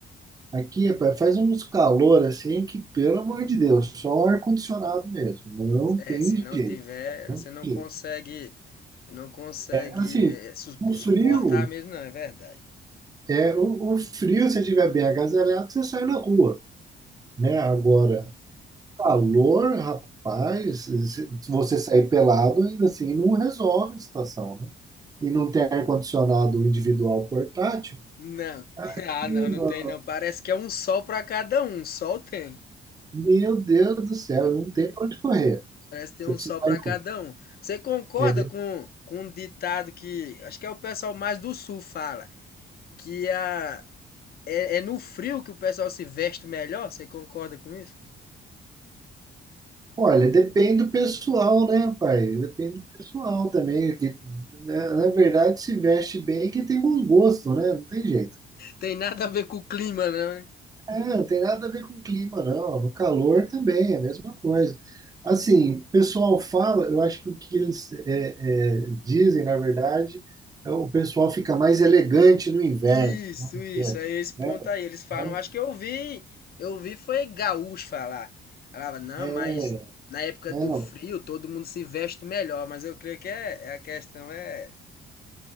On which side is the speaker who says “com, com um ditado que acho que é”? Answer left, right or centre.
Left